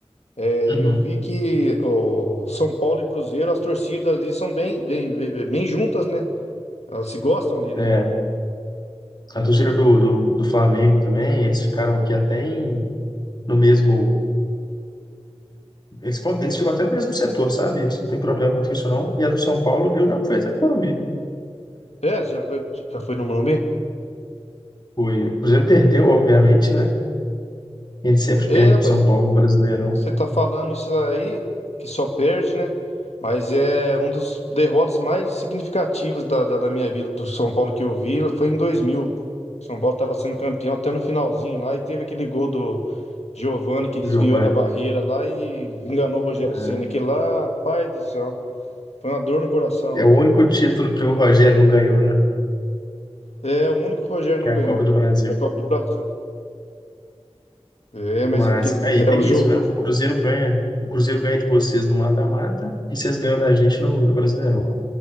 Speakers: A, on the left; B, on the left.
A: É,
B: Uhum.
A: eu vi que o São Paulo e Cruzeiro, as torcidas ali são bem, bem, bem bem juntas, né? Elas se gostam ali,
B: É,
A: né?
B: a torcida do, do, do Flamengo também, eles ficaram aqui até em, no mesmo Eles, con- eles ficam até no mesmo setor, sabe? Eles não têm problema muito com isso, não. E a do São Paulo, eu já fui até no Morumbi.
A: É, já, foi- já foi no Morumbi?
B: Fui. O Cruzeiro perdeu, obviamente, né? A gente sempre
A: É,
B: perde
A: rapaz,
B: pro São Paulo no Brasileirão,
A: você tá falando isso aí, que só perde, né? Mas é um dos derrotas mais significativos da, da, da minha vida, do São Paulo que eu vi, foi em 2000. São Paulo tava sendo campeão até no finalzinho lá, e teve aquele gol do Giovani que desviou
B: Giovanni.
A: na barreira lá e enganou o Rogério
B: É
A: Ceni. Aquele lá, rapaz do céu, foi uma dor no coração,
B: é
A: hein?
B: o único título que o Rogério não ganhou, né?
A: É, o único que o Rogério não
B: Que é
A: ganhou,
B: a Copa do Brasil.
A: foi a Copa do Brasil. É, mas
B: Mas
A: aquele,
B: aí
A: é,
B: tem
A: o Giovani...
B: isso, né? O Cruzeiro ganha. O Cruzeiro ganha de vocês no mata-mata e vocês ganham da gente no, no Brasileirão.